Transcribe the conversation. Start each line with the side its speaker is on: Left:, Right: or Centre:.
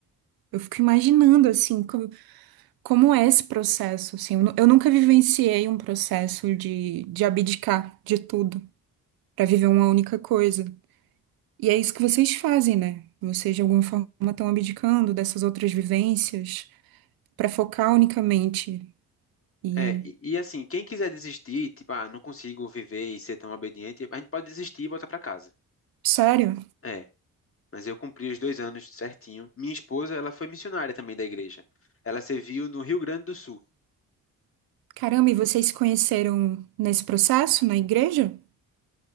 Right: Eu fico imaginando, assim, como, como é esse processo, assim. Eu, nu- eu nunca vivenciei um processo de, de abdicar de tudo para viver uma única coisa. E é isso que vocês fazem, né? Vocês, de alguma forma, estão abdicando dessas outras vivências para focar unicamente. E,
Left: É, e, e assim, quem quiser desistir, tipo, ah, não consigo viver e ser tão obediente, a gente pode desistir e voltar para casa.
Right: sério,
Left: É, mas eu cumpri os dois anos certinho. Minha esposa, ela foi missionária também da igreja. Ela serviu no Rio Grande do Sul.
Right: caramba, e vocês se conheceram nesse processo, na igreja?